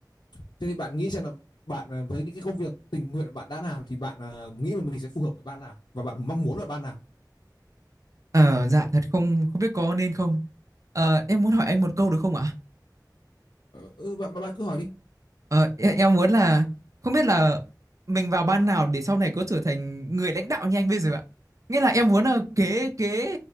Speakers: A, on the left (about 75°); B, on the right (about 45°).
A: thế thì bạn nghĩ xem là bạn à, với những cái công việc tình nguyện bạn đã làm thì bạn à, nghĩ là mình sẽ phù hợp với ban nào và bạn mong muốn là ban nào
B: Ờ, dạ thật không không biết có nên không. Ờ, em muốn hỏi anh một câu được không ạ?
A: Ờ, ừ, bạn, bạn cứ hỏi đi
B: Ờ, em, em muốn là không biết là mình vào ban nào để sau này có trở thành người lãnh đạo như anh bây giờ ạ. Nghĩa là em muốn là kế kế